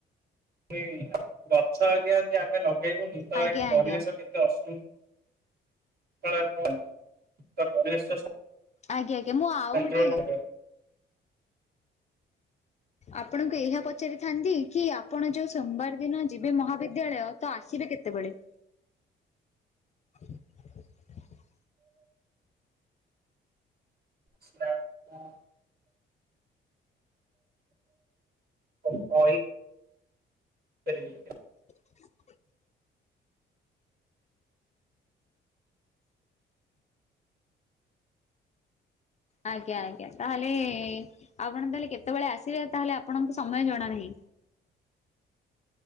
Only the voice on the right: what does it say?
<unintelligible> ଗଛ ଆଜ୍ଞା ଯଦି ଆମେ ଲଗେଇବୁନି ତ
ଏଇ ପରିବେଶ
କେତେ ଅସୁ କଣାକ ତ ପରିବେଶ
ସନ୍ତୁଳନ
ଶ୍ଲାଟ କୁ। କ-କହି କରିବି